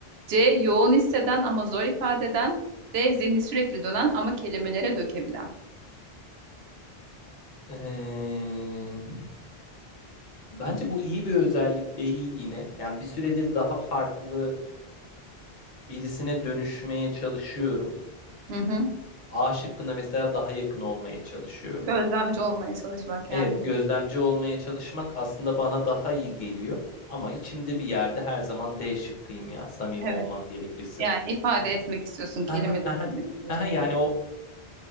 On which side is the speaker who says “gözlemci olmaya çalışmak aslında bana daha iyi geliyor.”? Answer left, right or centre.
Left